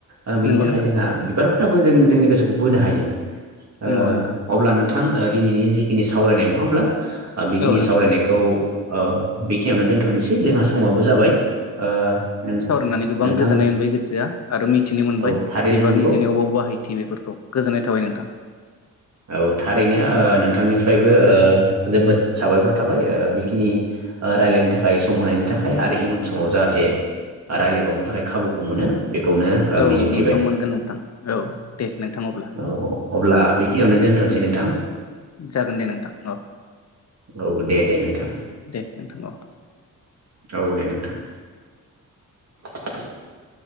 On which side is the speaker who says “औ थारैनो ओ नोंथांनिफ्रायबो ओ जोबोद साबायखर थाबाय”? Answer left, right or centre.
Right